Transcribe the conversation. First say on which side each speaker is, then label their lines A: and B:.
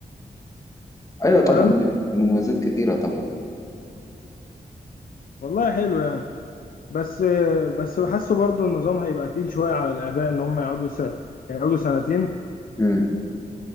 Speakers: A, on the left; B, on the left.
A: ايوه طبعا
B: فاهم
A: ليه مميزات كتيره طبعا
B: والله حلو يعني بس بس بحسه برضه النظام هيبقى تقيل شويه على الاباء ان هم يقعدوا س... يقعدوا سنتين
A: مم.